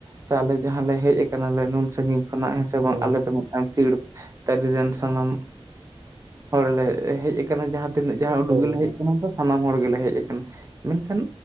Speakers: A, on the right; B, on the right.
A: ᱥᱮ ᱟᱞᱮ ᱡᱟᱦᱟᱸᱞᱮ ᱦᱮᱡ ᱟᱠᱟᱱᱟᱞᱮ ᱱᱩᱱ ᱥᱟᱺᱜᱤᱧ ᱠᱷᱚᱱᱟᱜ ᱦᱮᱸ ᱥᱮ
B: ᱦᱩᱸ
A: ᱵᱟᱝ ᱟᱞᱮ ᱫᱚ ᱯᱷᱤᱲ ᱛᱟᱹᱨᱤ ᱨᱤᱱ ᱥᱟᱱᱟᱢ ᱦᱚᱲ ᱞᱮ ᱦᱮᱡ ᱟᱠᱟᱱᱟ ᱡᱟᱦᱟᱸ ᱛᱤᱱᱟᱹᱜ ᱡᱟᱦᱟᱸ ᱩᱰᱩ
B: ᱦᱳᱭ
A: ᱜᱮᱞᱮ
B: ᱦᱳᱭ
A: ᱦᱮᱡ ᱠᱟᱱᱟ ᱛᱚ ᱥᱟᱱᱟᱢ ᱦᱚᱲ ᱜᱮᱞᱮ ᱦᱮᱡ ᱟᱠᱟᱱᱟ ᱢᱮᱱᱠᱷᱟᱱ